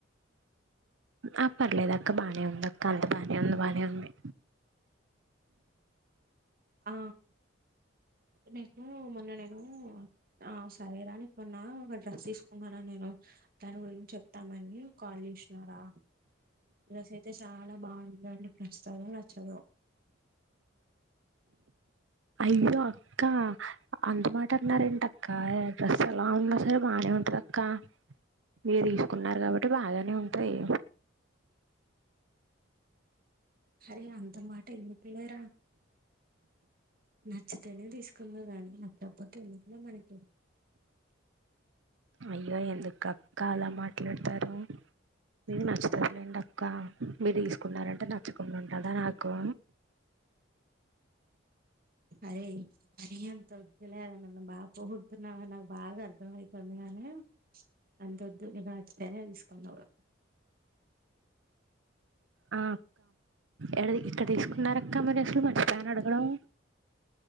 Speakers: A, on the right; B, on the right.
A: ఆ పర్లేదు అక్క బానే ఉంది అక్క అంత బాగానే ఉంది బానే ఉంది
B: ఆ నేను మొన్న నేను ఆ సరే రాని మొన్న ఒక డ్రెస్ తీసుకున్నారా నేను దాని గురించి చెప్తామని కాల్ చేసినారా డ్రెస్ అయితే చాలా బాగుంది నచ్చుతాయో నచ్చవో
A: అయ్యో అక్క అంత మాట అన్నారేంట అక్క డ్రెస్ ఎలా ఉన్నా సరే బాగానే ఉంటది అక్క మీరు తీసుకున్నారు కాబట్టి బాగానే ఉంటయి
B: అరే అంత మాట ఎందుకు లేరా నచ్చితేనే తీసుకుందు కాని నచ్చకపోతే ఎందుకు ఎల మనకి <inaudible>
A: అయ్యో ఎందుకు అక్క అలా మాట్లాడతారు మీరు నచ్చుతారులేండి అక్క మీరు తీసుకున్నారంటే నచ్చకుండా ఉంటాద నాకు
B: అరే మరి అంతద్దులేర నన్ను బాగ పొగుడుతున్నావని నాకు బాగా అర్థం అవుతుంది గానీ అంతొద్దు నీకు నచ్చితేనే తీసుకుందువు
A: ఆ ఎడ <unintelligible> ఇక్కడ తీసుకు నరకమరిసులు <inaudible> మర్చిపోయాను ఆడగడం